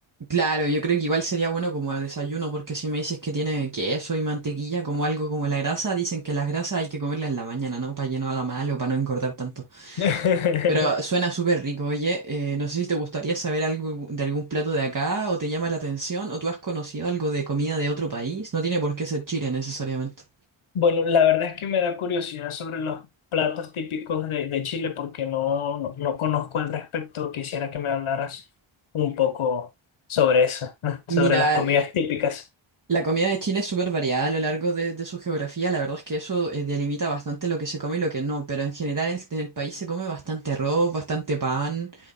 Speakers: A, on the right; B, on the left.
A: Claro, yo creo que igual sería bueno como desayuno, porque si me dices que tiene queso y mantequilla como algo como la grasa, dicen que las grasas hay que comerlas en la mañana, ¿no? Para que no haga mal o para no engordar tanto.
B: <laughs>
A: Pero suena súper rico, oye, eh, no sé si te gustaría saber algo de algún plato de acá o te llama la atención o tú has conocido algo de comida de otro país, no tiene por qué ser Chile necesariamente.
B: Bueno, la verdad es que me da curiosidad sobre los platos típicos de, de Chile porque no, no, no conozco al respecto. Quisiera que me hablaras un poco sobre eso, <laughs> sobre
A: Mira,
B: las comidas típicas.
A: La comida de Chile es súper variada a lo largo de, de su geografía. La verdad es que eso eh, delimita bastante lo que se come y lo que no. Pero en general en en el país se come bastante arroz, bastante pan.